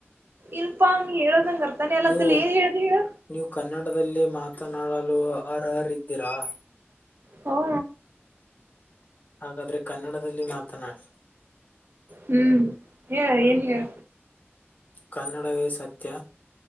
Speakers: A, on the right (about 55°); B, on the left (about 40°).
A: ಇಲ್ಪಾ ನೀ ಹೇಳದ್ ನಂಗ್ ಅರ್ಥಾನೇ ಆಗ್ಲತಿಲ್ಲ
B: ನೀವು
A: ಏನ್ ಹೇಳ್ದಿ ಹೇಳು
B: ನೀವು ಕನ್ನಡದಲ್ಲೇ ಮಾತ್ರ ಮಾತನಾಾಡಲು ಅರ್ಹರ್ದೀರಾ
A: ಹೌ
B: ಹಾಗಾದ್ರೆ ಕನ್ನಡದಲ್ಲಿ ಮಾತನಾಡಿ
A: ಹ್ಮ್ ಹೇಳ ಏನ್ ಹೇಳ
B: ಕನ್ನಡವೇ ಸತ್ಯ